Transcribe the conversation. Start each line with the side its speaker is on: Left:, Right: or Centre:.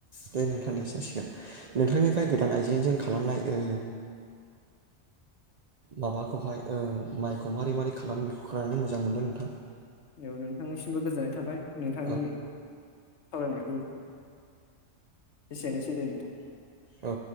Right: दे नोंथां दे जासिगोन नोंथांनिफ्राय गोदान आइजेंजों। खालामनायओ। माबाखौहाय माइखौ मारै मारै खालामो बेखौ खालामनानै मोजां मोनो नोंथां।
Left: बेयाव नोंथांनिसिमबो गोजोननाय थाबाय। नोंथांनि
Right: औ
Left: सावरायनायखौ। एसेनोसै दे नोंथां।
Right: औ।